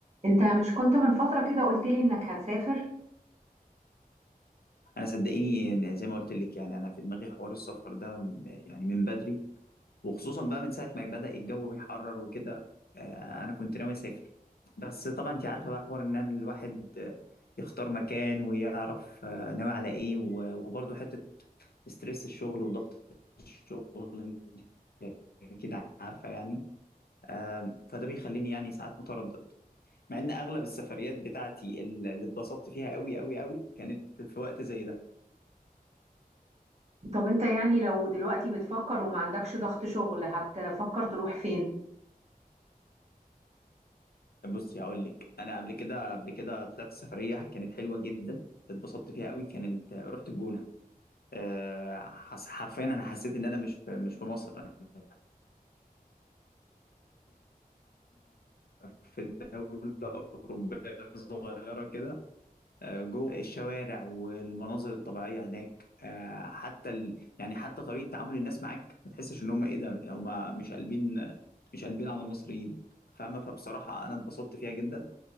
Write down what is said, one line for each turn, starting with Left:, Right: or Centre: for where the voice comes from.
Right: انت مش كنت من فترة كده قلت لي انك هتسافر
Left: انا صدقيني إن زي ما قلت لك يعني انا في دماغي حوار السفر ده م- يعني من بدري وخصوصا بقى من ساعه ما بدأ الجو يحرر وكده آه، انا كنت ناوي اسافر بس طبعا انت عارفه بقى حوار ان أنا الواحد آه، يختار مكان ويعرف آه، ناوي على ايه و- وبرضه حته ستريس الشغل وضغط الشغل انت كده عارفه يعني آم، فده بيخليني يعني ساعات متردد مع ان اغلب السفريات بتاعتي اللي اتبسطت فيها قوي قوي قوي كانت في وقت زي ده
Right: طب انت يعني لو دلوقتي بتفكر وما عندكش ضغط شغل هتفكر تروح فين
Left: بصي هقول لك انا قبل كده قبل كده طلعت سفريه كانت حلوه جدا اتبسطت فيها قوي كانت رحت الجونه أه حس حرفيا انا حسيت ان انا مش في مش في مصر أنا في دوله اوروبيه صغيره كده أه جوه الشوارع والمناظر الطبيعيه هناك أه حتى ال... يعني حتى طريقه تعامل الناس معاك ما تحسش ان هم ايه ده هم مش قلبين مش قلبين على مصريين فاهمه فبصراحه انا اتبسطت فيها جدا